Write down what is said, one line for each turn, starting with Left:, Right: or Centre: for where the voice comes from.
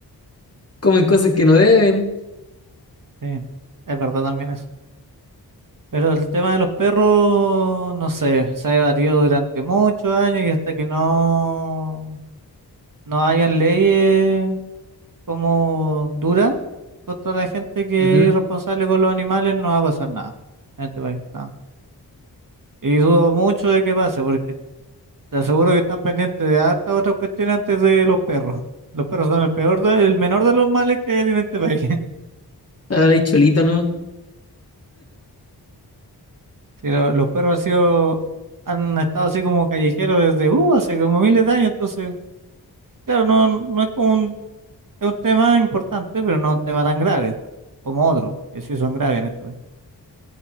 Left: comen cosas que no deben.
Right: Sí, es verdad también eso. Pero el tema de los perros, no sé, se ha debatido durante muchos años y hasta que no no hayan leyes como duras contra la gente que
Left: Ujú.
Right: es irresponsable con los animales, no va a pasar nada en este país. nada. Y dudo mucho de que pase, porque te aseguro que están pendientes de hartas otras cuestiones antes de los perros. Los perros son el peor de- el menor de los males que hay en este país. <laughs>
Left: Ahora hay cholita, ¿no?
Right: Sí, lo- los perros han sido, han estado así como callejeros desde uh, hace como miles de años, entonces, claro, no, no es como un, es un tema importante, pero no un tema tan grave como otro, que sí son graves en este país.